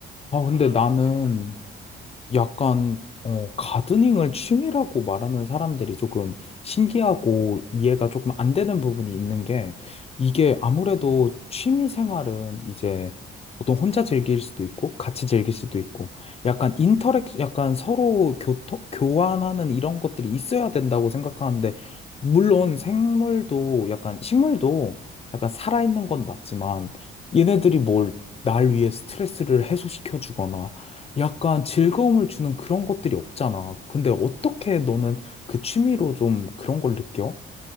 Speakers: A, on the left; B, on the right.
A: 아,
B: 변화가
A: 근데 나는
B: 좀 느리다는 거. 어.
A: 약간 어, 가드닝을 취미라고 말하는 사람들이 조금 신기하고
B: 음.
A: 이해가 조금 안 되는 부분이 있는 게
B: 음.
A: 이게 아무래도 취미 생활은 이제 보통 혼자 즐길 수도 있고 같이 즐길 수도 있고 약간
B: 음.
A: 인터랙 약간 서로 교토, 교환하는 이런 것들이 있어야 된다고 생각하는데 물론 생물도 약간 식물도 약간 살아있는 건 맞지만 얘네들이 뭘 날 위해 스트레스를 해소시켜 주거나 약간 즐거움을 주는 그런 것들이 없잖아. 근데 어떻게
B: 음.
A: 너는 그 취미로 좀 그런 걸 느껴?